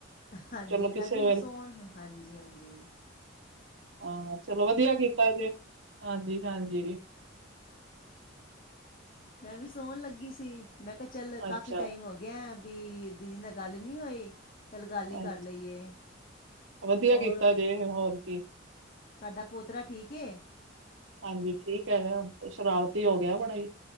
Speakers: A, on the left; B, on the right.
A: ਹਾਂਜੀ,
B: ਚਲੋ ਕਿਸੇ
A: ਮੈਂ ਵੀ
B: ਵੇਲੇ
A: ਸੌਂਨ ਹਾਂਜੀ-ਹਾਂਜੀ।
B: ਹਾਂ, ਚਲੋ ਵਧੀਆ ਕੀਤਾ ਜੇ ਹਾਂਜੀ-ਹਾਂਜੀ।
A: ਮੈਂ ਵੀ ਸੋਨ ਲੱਗੀ ਸੀ। ਮੈਂ ਕਿਆ ਚੱਲ ਕਾਫ਼ੀ
B: ਅੱਛਾ।
A: ਟਾਈਮ ਹੋ ਗਿਆ ਵੀ ਦੀਦੀ ਨਾਲ ਗੱਲ ਨੀ ਹੋਈ, ਚੱਲ ਗੱਲ
B: ਅੱਛਾ।
A: ਹੀ ਕਰ ਲਈਏ।
B: ਵਧੀਆ
A: ਹੋਰ
B: ਕੀਤਾ ਜੇ ਹੋਰ ਕੀ
A: ਤੁਆਡਾ ਪੋਤਰਾ ਠੀਕ ਏ।
B: ਹਾਂਜੀ ਠੀਕ ਐਗਾ ਹੁਨ ਤੇ, ਸ਼ਰਾਰਤੀ ਹੋ ਗਿਆ ਬੜਾ ਈ।